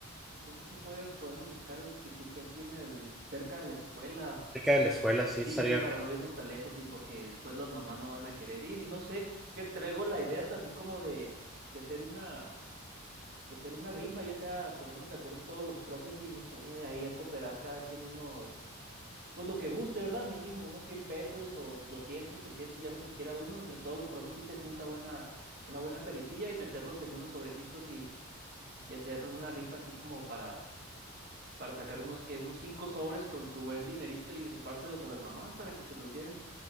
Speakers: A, on the right; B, in the centre.
A: entonces sí puede, podemos buscar algo que, que esté aquí en el, cerca de la escuela.
B: Cerca de la escuela, sí,
A: Sí,
B: estaría
A: sí, para
B: bien.
A: no irnos tan lejos y porque después las mamás no van a querer ir y no sé, que traigo la idea también como de, de hacer una de hacer una rifa, ya sea ponernos de acuerdo todos los profes y no sé, ahí a cooperar cada quien unos, pues lo que guste, ¿verdad? Mínimo unos 100 pesos o 200 300 ya lo que quiera uno, entre todos los profes sí se junta buena, una buena feriecilla y meterlos en unos sobrecitos y, y hacer una rifa así como para, para sacar unos que unos cinco sobres con su buen dinerito y rifárselos a las mamás para que se los lleven.